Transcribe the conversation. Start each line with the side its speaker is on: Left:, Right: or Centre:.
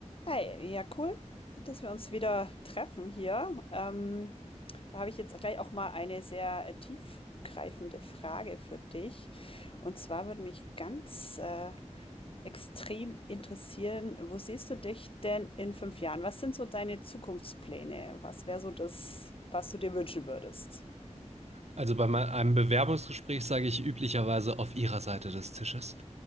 Left: Hi, ja cool, dass wir uns wieder treffen hier. Ähm, da habe ich jetzt gleich auch mal eine sehr äh, tiefgreifende Frage für dich. Und zwar würde mich ganz äh, extrem interessieren, wo siehst du dich denn in fünf Jahren? Was sind so deine Zukunftspläne? Was wäre so das, was du dir wünschen würdest?
Right: Also bei mein- einem Bewerbungsgespräch sage ich üblicherweise auf Ihrer Seite des Tisches.